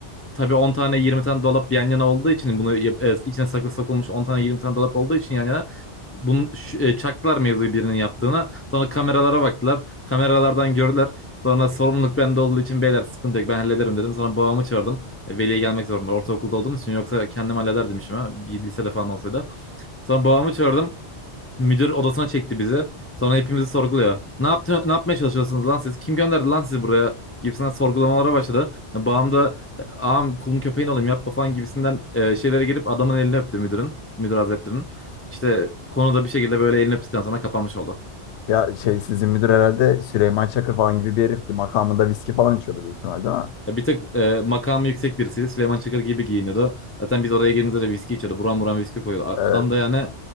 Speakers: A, on the left (about 20°); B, on the left (about 70°).
A: tabii 10 tane 20 tane dolap yan yana olduğu için bunu yap- e, içine saklı sokulmuş 10 tane 20 tane dolap olduğu için yan yana bunu ş- e, çaktılar mevzuyu birinin yaptığına. Sonra kameralara baktılar. Kameralardan gördüler. Sonra sorumluluk bende olduğu için beyler sıkıntı yok ben hallederim dedim. Sonra babamı çağırdım. E, veliye gelmek zorunda. Ortaokulda olduğum için yoksa kendim hallederdim işimi. ha, Lisede falan olsaydı. Sonra babamı çağırdım. Müdür odasına çekti bizi. Sonra hepimizi sorguluyor. Ne yaptın, ne yapmaya çalışıyorsunuz lan siz? Kim gönderdi lan sizi buraya? gibisinden sorgulamalara başladı. Yani Bağım da "E, ağam kulun köpeğin olayım yapma falan gibisinden e, şeylere gelip adamın elini öptü müdürün, müdür hazretlerinin. İşte konuda bir şekilde böyle elini öptükten sonra kapanmış oldu.
B: Ya şey sizin müdür herhalde Süleyman Çakır falan gibi bir herifti. Makamında viski falan içiyordu büyük ihtimal değil mi?
A: Ya bir tık e, makamı yüksek birisiydi. Süleyman Çakır gibi giyiniyordu. Zaten biz oraya girdiğimizde de viski içiyordu. Buram buram viski koyuyordu. A-
B: Ee,
A: Adam da yani